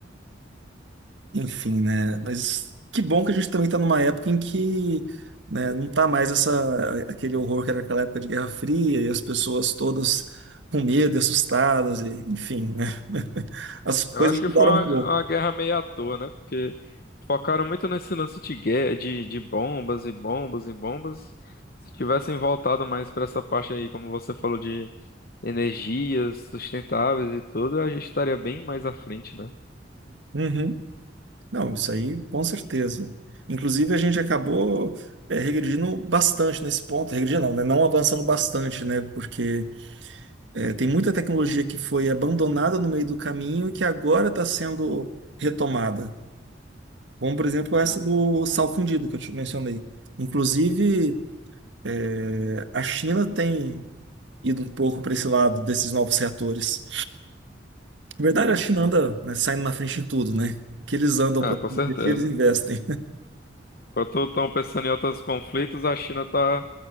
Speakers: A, on the right; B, on the left.
A: enfim, né? Mas que bom que a gente também está numa época em que, né, não tá mais essa, aquele horror que era aquela época de Guerra Fria e as pessoas todas com medo, e assustadas, e, enfim, né? <laughs> As coisas
B: Eu acho que
A: mudaram
B: foi uma,
A: um pouco.
B: uma guerra meio à toa, né? Porque focaram muito nesse lance de guerra, de, de bombas e bombas e bombas. Se tivessem voltado mais para essa parte aí, como você falou, de energias sustentáveis e tudo, a gente estaria bem mais à frente, né?
A: Uhum. Não, isso aí com certeza. Inclusive, a gente acabou é, regredindo bastante nesse ponto. Regredindo não, né? Não avançando bastante, né? Porque é, tem muita tecnologia que foi abandonada no meio do caminho e que agora está sendo retomada. Como, por exemplo, essa
B: Ah,
A: do sal fundido que eu te mencionei. Inclusive, é, a China tem ido um pouco para esse lado desses novos reatores. Na verdade,
B: Assim,
A: a China anda, né, saindo na frente em tudo, né? O que eles andam,
B: ah,
A: o
B: com certeza.
A: que eles investem.
B: Enquanto estão pensando em outros conflitos, a China tá